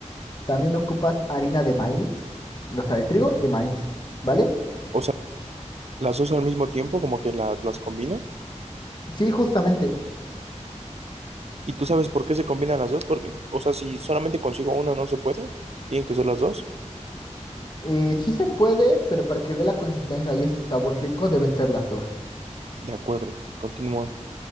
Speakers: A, on the left; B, on the right.
A: También ocupas harina de maíz, o sea, de trigo y de maíz, ¿vale?
B: O sea, las dos al mismo tiempo, como que las, las combino.
A: Sí, justamente.
B: ¿Y tú sabes por qué se combinan las dos? Porque, o sea, si solamente consigo una no se puede, tienen que ser las dos.
A: Eh, sí se puede, pero para que dé la consistencia y ese sabor rico deben ser las dos.
B: De acuerdo, continúa.